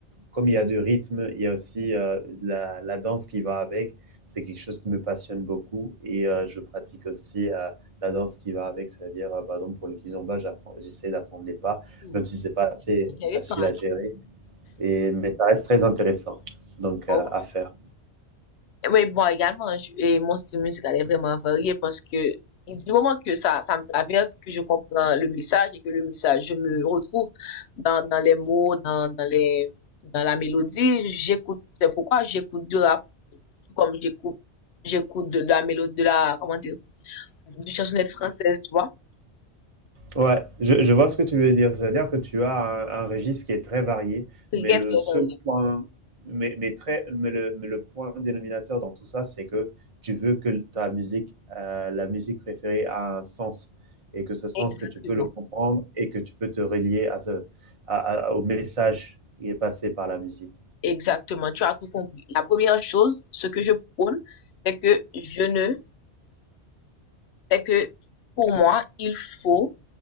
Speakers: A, on the right; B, on the left.
A: comme il y a du rythme, il y a aussi euh, la, la danse qui va avec. C'est quelque chose qui me passionne beaucoup et euh, je pratique aussi euh, la danse qui va avec, c'est-à-dire euh, par exemple pour le kizomba, j'essaie d'apprendre des pas,
B: Hmm,
A: même si c'est pas assez
B: Intéressant.
A: facile
B: hein?
A: à gérer, et, mais ça reste très intéressant donc
B: Oh.
A: euh, à faire.
B: Mais bon, également, je- et mon style musical est vraiment varié parce que du moment que ça, ça me traverse, que je comprends le message et que le message, je me retrouve dans, dans les mots, dans, dans les, dans la mélodie, j'écoute, c'est pourquoi j'écoute du rap, tout comme j'écoute, j'écoute de, la mélodie, de la, comment dire, de chansonnette française, tu vois?
A: Ouais, je, je vois ce que tu veux dire. C'est-à-dire que tu as un, un registre qui est très varié,
B: Très,
A: mais le
B: très
A: seul
B: varié.
A: point, mais, mais très, mais le, mais le point dénominateur dans tout ça, c'est que tu veux que ta musique, euh, la musique préférée a un sens et que ce sens
B: Exactement.
A: que tu peux le comprendre et que tu peux te relier à ce, à- à- au message qui est passé par la musique.
B: Exactement, tu as tout compris. La première chose, ce que je prône, c'est que je ne, c'est que pour moi, il faut,